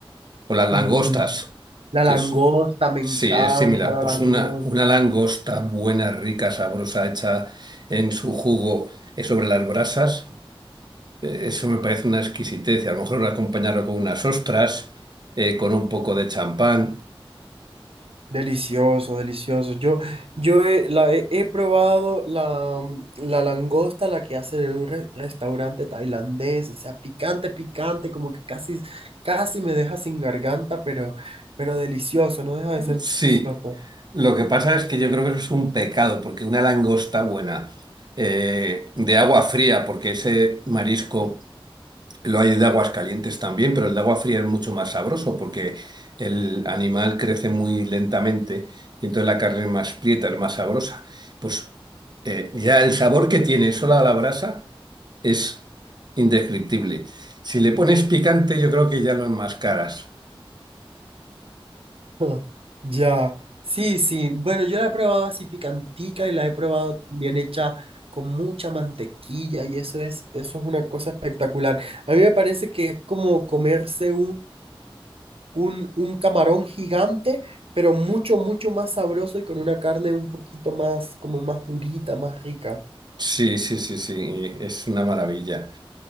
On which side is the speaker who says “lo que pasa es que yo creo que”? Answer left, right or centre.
Right